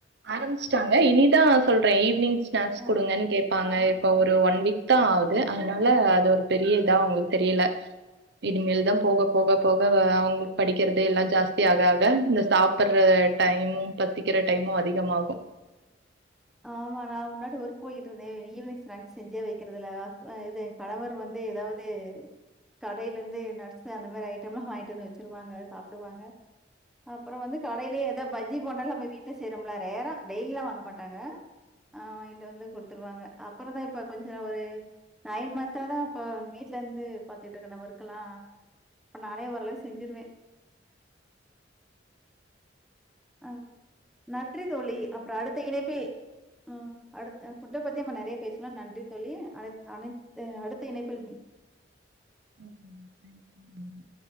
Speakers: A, on the right; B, in the centre.
A: ஆரம்ச்சிட்டாங்க இனிதா சொல்றே ஈவினிங் ஸ்நாக்ஸ்
B: ஆ
A: குடுங்கன் கேப்பாங்க
B: ஆமா
A: இப்ப ஒரு ஒன் வீக் த்தா ஆவுது அதனால அது ஒரு பெரிய இதா அவுங்களுக் தெரியல இனிமேல் தா போக போக போக வ அவுங்களுக் படிக்கறது எல்லா ஜாஸ்தி ஆக ஆக இந்த சாப்பட்ற டைமும் பசிக்கிற டைமு அதிகமாகு
B: ஆமா நா முன்னாடி ஒர்க் போயிக்கிட்ருந்தே ஈவ் ஈவினிங் ஸ்நாக்ஸ் செஞ்சே வெக்கிறதுல்ல வஸ் வ இது எங் கணவர் வந்து எதாவது கடையிலந்து நட்ஸ் அந்த மாரி ஐட்டம்லா வாய்ங்ட்டு வந்து வெச்சிருவாங்க சாப்டுவாங்க அப்புறோ வந்து கடைலயே எதா பஜ்ஜிப் போண்டாலா நம் வீட்ல சேய்றோம்ல ரேரா டெய்லா வாங்க மாட் ட்டாங்க‌‌ ஆஹ் வாய்ங்ட்டு வந்து குடுத்துருவாங்க அப்பறந்தா இப்ப கொஞ்சோ ஒரு நைன் மன்த்தாதா இப்ப வீட்லந்து பாத்துட்ருக்கனா ஒர்க் எல்லா இப்ப நானே ஓரளவுக் செஞ்சிருவே ஆவ் நன்றி தோழி அப்பற அடுத்த இணைப்பில் உம் அடுத் அ ஃபுட்ட பத்தி நம்ம நெறைய பேசுனோ நன்றி தோழி அழைத் அனைத்து அடுத்த இணைப்பில் மீ
A: ஓகே <unintelligible> தேங்க் யூ நன்றி